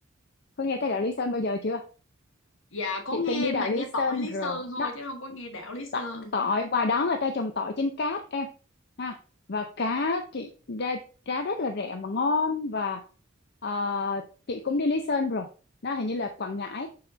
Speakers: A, on the left; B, on the left.
A: Có nghe tới đảo
B: Ừ.
A: Lý Sơn bao giờ chưa?
B: Dạ có
A: Chị
B: nghe
A: từng đi đảo
B: mà nghe
A: Lý Sơn
B: tỏi Lý
A: rồi.
B: Sơn thôi
A: Nó
B: chứ không có nghe đảo Lý Sơn.
A: Tọ- tỏi ngoài đó người ta trồng tỏi trên cát em ha và cá chị ra giá rất là rẻ mà ngon và ờ, chị cũng đi Lý Sơn rồi đó hình như là Quảng Ngãi